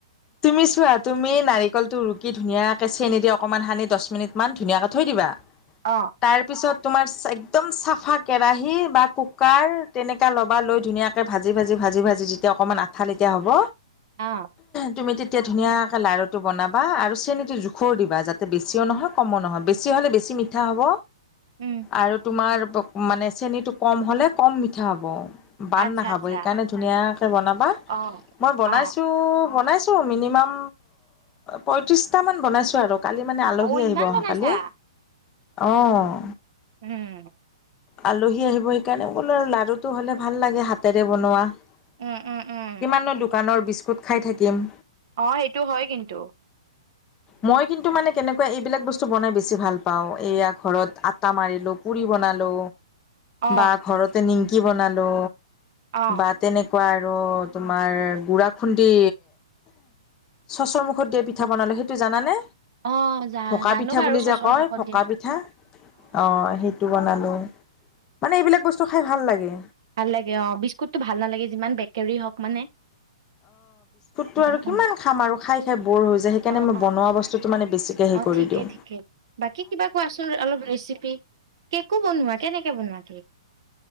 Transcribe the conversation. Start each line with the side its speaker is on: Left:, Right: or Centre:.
Left: তুমি চোৱা তুমি নাৰিকলটো ৰুকি ধুনীয়াকে চেনি দি অকণমান সানি দহ মিনিট মান ধুনীয়াকে থৈ দিবা
Right: অ
Left: তাৰ পিছত তোমাৰ একদম চাফা কেৰাহি বা কুকাৰ তেনেকা লবা লৈ ধুনীয়াকে ভাজি ভাজি ভাজি ভাজি যেতিয়া অকণমান আঠা লেতিয়া হ'ব
Right: আহ
Left: তুমি তেতিয়া ধুনীয়াকে লাৰুটো বনাবা আৰু চেনীতো জোখৰও দিবা যাতে বেছিও নহয় কমো নহয় বেছি 'লে বেছি মিঠা হ'ব
Right: উম
Left: আৰু তোমাৰ মানে চেনীটো কম হ'লে কম মিঠা হ'ব বান
Right: আচ্ছা
Left: নাখাব
Right: আচ্ছা
Left: সেইকাৰণে ধুনীয়াকে বনাবা
Right: অ
Left: মই বনাইছো
Right: অ
Left: বনাইছো ছোঁ মিনিমাম পয়ত্ৰিচটা মান বনাইছোঁ আৰু কালি মানে আলহী
Right: অ
Left: আহিব
Right: ইমান
Left: অহা
Right: বনাইছা
Left: কালি, অহ
Right: উম
Left: আলহী আহিব সেইকাৰণে বোলো আৰু লাডুটো হ'লে ভাল লাগে হাতেৰে বনোৱা কিমাননো
Right: উম উম উম
Left: দোকানৰ বিস্কুট খাই থাকিম
Right: অ সেইটো হয় কিন্তু
Left: মই কিন্তু মানে কেনেকুৱা এইবিলাক বস্তু বনাই বেছি ভাল পাওঁ এইয়া ঘৰত আটা মাৰিলো পুৰি বনালো
Right: অ
Left: বা ঘৰতে নিমকি বনালো
Right: অ
Left: বা তেনেকোৱা আৰু তোমাৰ, গুড়া খুন্দি চচৰ মুখত দিয়া পিঠা বনালে সেইটো জানানে
Right: অ', জা
Left: ভকা
Right: জানো
Left: পিঠা
Right: বাৰু
Left: বুলি
Right: চচৰ
Left: যে কয়
Right: মুখত
Left: ভকা
Right: দিয়া।
Left: পিঠা অ সেইটো বনালো মানে এইবিলাক বস্তু খাই ভাল লাগে।
Right: ভাল লাগে অ বিস্কুটটো ভাল নালাগে যিমান বেকাৰী হওক মানে
Left: টো
Right: উম,
Left: আৰু কিমান
Right: উম।
Left: খাম আৰু খাই খাই ব'ৰ হৈ যায় সেইকাৰণে
Right: অ',
Left: মই
Right: অ',
Left: বনোৱা
Right: অ',
Left: বস্তুটো মানে বেছিকৈ সেই
Right: অ',
Left: কৰি
Right: ঠিকে
Left: দিও
Right: ঠিকে বাকী কিবা কোৱাচোন অলপ ৰেচিপি কেকো বনোৱা কেনেকে বনোৱা কেক